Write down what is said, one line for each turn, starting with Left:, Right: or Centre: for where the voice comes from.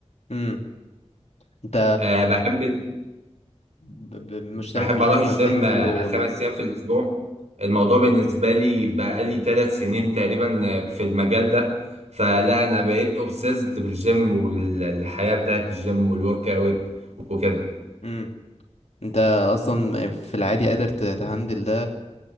Left: امم انت
Right: أه بحب
Left: ب- ب- مشترك
Right: بحب
Left: في جيم
Right: أروح الجيم
Left: وبتنزل
Right: آه،
Left: و
Right: خمس أيام في الأسبوع الموضوع بالنسبة لي بقالي ثلاث سنين تقريبا آه، في المجال ده فلا أنا بقيت أوبسيسد بالجيم والحياة بتاعت الجيم والورك أوت وكده
Left: امم انت اصلا في العادي قادر ت- تهندل ده